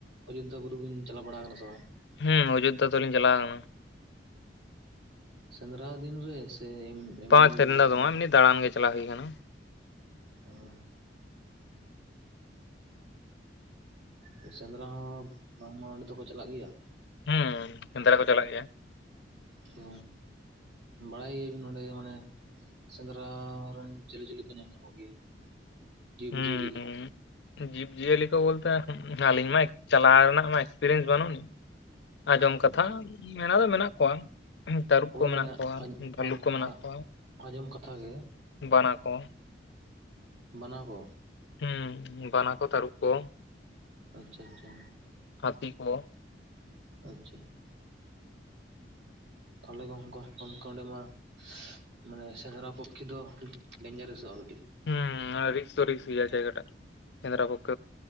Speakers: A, on the right; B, on the left.
A: ᱚᱡᱳᱫᱽᱫᱷᱟ ᱵᱩᱨᱩ ᱜᱤᱧ ᱪᱟᱞᱟᱣ ᱵᱟᱲᱟ ᱠᱟᱱᱟ ᱥᱮ ᱵᱟᱝ
B: ᱦᱮᱸ ᱚᱡᱳᱫᱽᱫᱷᱟ ᱫᱚᱞᱤᱧ ᱪᱟᱞᱟᱣ ᱟᱠᱟᱱᱟ
A: ᱥᱮᱸᱫᱽᱨᱟ ᱫᱤᱱᱨᱮ ᱥᱮ ᱮᱢᱱᱤ
B: ᱯᱟᱸᱪ ᱥᱮᱧ
A: ᱫᱟᱬᱟᱱ
B: ᱫᱚ ᱵᱟᱝ
A: ᱫᱤᱱ
B: ᱮᱢᱚᱱ ᱫᱟᱲᱟᱱ ᱜᱮ ᱪᱟᱞᱟᱣ ᱦᱩᱭ ᱟᱠᱟᱱᱟ᱾
A: ᱟᱨ <inaudible> ᱟᱨ ᱥᱮᱸᱫᱽᱨᱟ ᱦᱚᱸ ᱵᱟᱝᱢᱟ ᱚᱸᱰᱮ ᱫᱚᱠᱚ ᱪᱟᱞᱟᱜ ᱜᱮᱭᱟ᱾
B: ᱦᱩᱸ ᱥᱮᱸᱫᱽᱨᱟ ᱠᱚ ᱪᱟᱞᱟᱜ ᱜᱮᱭᱟ᱾
A: ᱦᱚ ᱵᱟᱲᱟᱭ ᱜᱮᱭᱟᱵᱤᱱ ᱱᱚᱸᱰᱮ ᱢᱟᱱᱮ ᱥᱮᱸᱫᱽᱨᱟ ᱨᱮᱱ ᱡᱮᱞᱮᱡᱤᱭᱟᱹᱞᱤ ᱠᱚ ᱧᱮᱞ ᱧᱟᱢᱚᱜ ᱜᱮᱭᱟ ᱡᱤᱵᱽ
B: ᱦᱩᱸ
A: ᱡᱤᱭᱟᱹᱞᱤ ᱠᱚ
B: ᱡᱤᱵᱽ ᱡᱤᱭᱟᱹᱞᱤ ᱠᱚ ᱵᱚᱞᱛᱮ ᱟᱹᱞᱤᱧ ᱢᱟ ᱪᱟᱞᱟᱣ ᱨᱮᱱᱟᱜ ᱢᱟ ᱮᱠᱥᱯᱮᱨᱤᱭᱮᱱᱥ ᱵᱟᱹᱱᱩᱜᱼᱟ ᱟᱸᱡᱚᱢ ᱠᱟᱛᱷᱟ
A: ᱟᱪᱪᱷᱟ
B: ᱢᱮᱱᱟᱜ ᱫᱚ ᱢᱮᱱᱟᱜ ᱠᱚᱣᱟ᱾ ᱛᱟᱹᱨᱩᱵ
A: ᱦᱳᱭ
B: ᱠᱚ ᱢᱮᱱᱟᱜ
A: ᱢᱟᱱᱮ
B: ᱠᱚᱣᱟ
A: ᱟᱡ
B: ᱵᱷᱟᱹᱞᱩᱠ
A: ᱟᱡ
B: ᱠᱚ ᱢᱮᱱᱟᱜ
A: ᱟᱡ
B: ᱠᱚᱣᱟ
A: ᱟᱸᱡᱚᱢ ᱠᱟᱛᱷᱟ ᱜᱮ
B: ᱵᱟᱱᱟ ᱠᱚ
A: ᱵᱟᱱᱟ ᱠᱚ
B: ᱦᱸ ᱵᱟᱱᱟ ᱠᱚ ᱛᱟᱹᱨᱩᱵ ᱠᱚ
A: ᱟᱪᱪᱷᱟ ᱟᱪᱪᱷᱟ
B: ᱦᱛᱤᱤ ᱠᱚ
A: ᱟᱪᱪᱷᱟ ᱛᱟᱦᱚᱞᱮ <unintelligible> ᱚᱸᱰᱮ ᱢᱟ ᱢᱟᱱᱮ ᱥᱮᱸᱫᱽᱨᱟ ᱯᱚᱠᱠᱷᱮ ᱫᱚ ᱰᱮᱧᱡᱟᱨᱮᱥᱚᱜᱼᱟ ᱠᱟᱹᱴᱤᱡ
B: ᱦᱩᱸ ᱨᱤᱠᱥ ᱫᱚ ᱨᱥᱠᱥ ᱜᱮᱭᱟ ᱡᱟᱭᱜᱟᱴᱟ ᱥᱮᱸᱱᱫᱨᱟ ᱯᱚᱠ